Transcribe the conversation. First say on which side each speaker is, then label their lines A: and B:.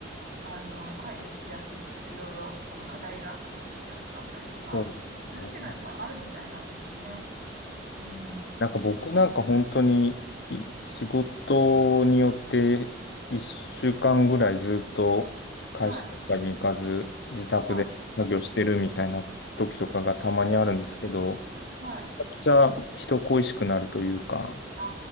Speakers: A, on the right (about 50°); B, on the left (about 60°).
A: あの、解決しやすいというか、いろいろ、あの、課題が解決しやすかったりとか、
B: そうですね。
A: するっていうのはやっぱりあるみたいなんですよね。うん。
B: なんか僕なんか本当にい仕事によって1週間ぐらいずっと会社とかに行かず自宅で作業してるみたいな時とかがたまにあるんですけど、
A: あのはい。はい。はい。
B: めちゃくちゃ人恋しくなるというか、
A: あ